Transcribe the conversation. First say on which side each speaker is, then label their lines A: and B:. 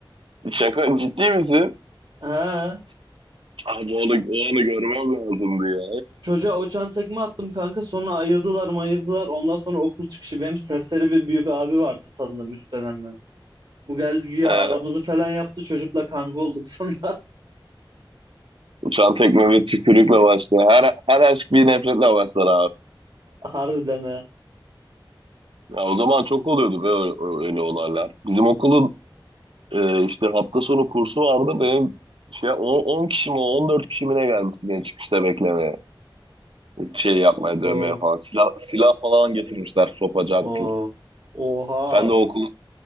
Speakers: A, on the right; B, on the right.
A: Şaka ciddi misin?
B: Ha.
A: Abi onu, o anı görmem lazımdı ya.
B: Çocuğa uçan tekme attım kanka. Sonra ayırdılar mayırdılar. Ondan sonra okul çıkışı benim serseri bir büyük abi vardı tanıdığım üst dönemden. Bu geldi güya
A: Ee,
B: aramızı
A: he.
B: falan yaptı. Çocukla kanka olduk sonra.
A: Uçan tekme ve tükürükle başlar. Her, her aşk bir nefretle başlar
B: <laughs> Harbiden ha.
A: Ya o zaman çok oluyordu be ö- ö- öyle olaylar. Bizim okulun e, işte hafta sonu kursu vardı. Benim şey 10 kişi mi 14 kişi mi ne gelmişti beni çıkışta beklemeye. Şey yapmaya
B: Oo,
A: dövmeye falan. Silah, silah falan getirmişler sopacak
B: oo.
A: cart.
B: Oha.
A: Ben de okul